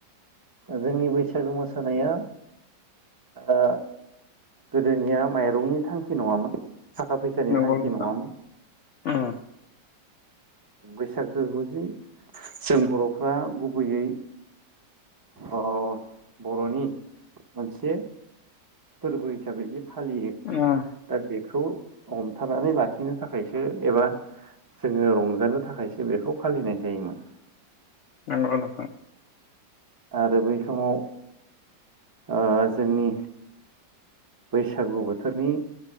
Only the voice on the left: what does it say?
नंगौ
नोंथां
उम
<unintelligible>
नंगौ नोंथां